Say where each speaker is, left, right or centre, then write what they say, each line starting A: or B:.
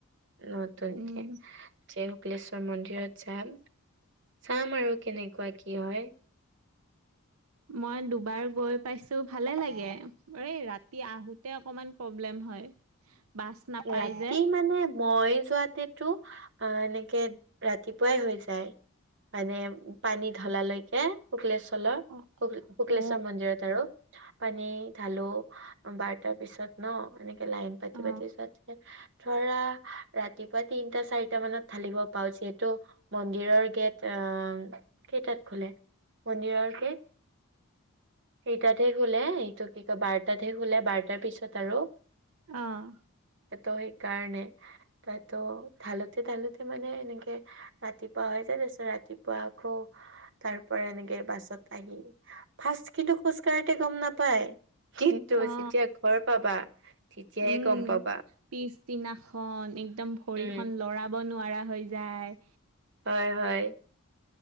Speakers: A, on the right (about 55°); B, on the right (about 75°).
A: নতুনকে।
B: উম
A: জয় শুক্লেশ্বৰ মন্দিৰত যাম চাম আৰু কেনেকোৱা কি হয়?
B: মই দুবাৰ গৈ পাইছো ভালে লাগে এই ৰাতি আহোতে অকমান প্ৰব্লেম হয়। বাছ নাপাই
A: ৰাতি
B: যে
A: মানে মই যোৱাতেতো- অ এনেকে ৰাতিপুৱাই হৈ যায়। মানে পানী ঢলালৈকে শুকলেশ্বলৰ
B: অ
A: শু - শুকলেশ্বৰ
B: অ
A: মন্দিৰত আৰু। পানী ঢালো বাৰটাৰ পিছত ন এনেকে লাইন পাতি
B: অ
A: পাতি তাৰ পিছত ধৰা ৰাতিপুৱা তিনটা - চাৰিটা মানত ঢালিব পাও যিহেতু মন্দিৰৰ গেট আহ কেইটাত খোলে? মন্দিৰৰ গেট? সেইটাতহে খুলে এইটো কি কয় বাৰটাতহে খুলে বাৰটাৰ পিছত আৰু
B: অহ।
A: এতো সেইকাৰণে, তাতো ধালোতে - ধালোতে মানে এনেকে ৰাতিপুৱা হৈ যায় তাৰপিচত ৰাতিপুৱা আকৌ তাৰ পৰা এনেকে বাছত আহি ফাৰ্ষ্ট কিন্তু খোজ কাঢ়োতে গম নাপায়। কিন্তু
B: অ
A: যেতিয়া ঘৰ পাবা তেতিয়াহে
B: উম
A: গম পা
B: পিছদিনাখন একদম ভৰিখন
A: উম
B: লৰাব নোৱাৰা হৈ যায়।
A: হয় হয়।